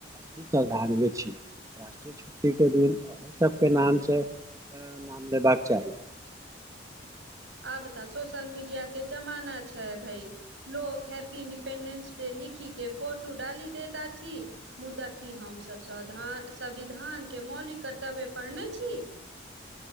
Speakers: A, on the right; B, on the right.
A: अी श्रद्धांजलि छी, राष्ट्रीय छुट्टीके दिन ओहो सबके नाम छै। तऽ नाम लेबाक चाही।
B: आब तऽ सोशल मीडिया के जमाना छै भई। लोक हैप्पी इंडिपेंडेंस डे लिखी के, फोटो डाली देत आछि। मुदा की हमसब सवधान संविधान के मौलिक कर्तव्य पढ़ने छी?